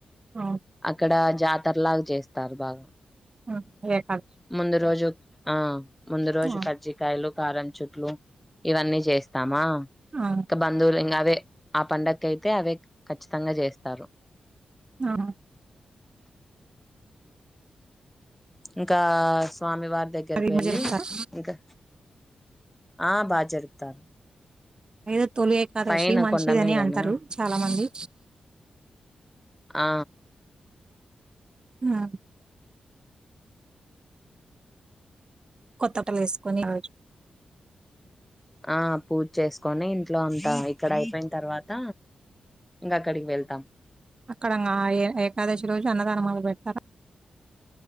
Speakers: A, on the right; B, in the centre.
A: అవును
B: అక్కడ జాతరలాగా చేస్తారు బాగా
A: ఆ ఏ
B: ముందు రోజు ఆ ముందు రోజు
A: ఆ
B: కజ్జికాయలు కారం చుట్లు ఇవన్నీ చేస్తామా
A: ఆ
B: ఇంకా బంధువులు ఇంకా వే ఆ పండగకు అయితే అవే ఖచ్చితంగా చేస్తారు
A: ఆ
B: ఇంకా స్వామి వారి దగ్గరకి
A: అది ఎట్లా
B: వెళ్ళి
A: జరుపుతారు
B: ఇంకా ఆ బా జరుపుతారు
A: ఏదో తొలి ఏకాదశి
B: పైన
A: మంచిదని
B: కొండ మీదనా
A: అంటారు చాలా మంది
B: ఆ
A: ఆ కొత్తబట్టలు వేసుకొని రోజు
B: ఆ పూజ చేసుకొని ఇంట్లో అంతా ఇక్కడ అయిపోయిన తర్వాత ఇంక అక్కడికి వెళ్తాం
A: అక్కడ ఇంక ఏకాదశి రోజు అన్నదానం మొదలు పెడతారా